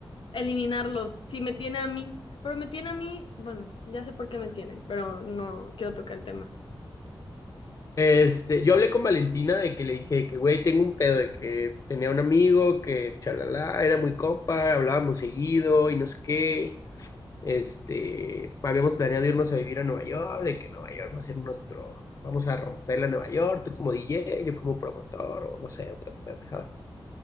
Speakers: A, on the left; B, on the left.
A: eliminarlos si me tiene a mí? Pero me tiene a mí, bueno, ya sé por qué me tiene, pero no quiero tocar el tema.
B: Este, yo hablé con Valentina de que le dije que, güey, tengo un pedo, de que tenía un amigo que, chalala, era muy compa, hablábamos seguido y no sé qué. Este, habíamos planeado irnos a vivir a Nueva York, de que Nueva York va a ser nuestro, vamos a romperla a Nueva York, tú como DJ, yo como promotor, o no sé, otra pendejada.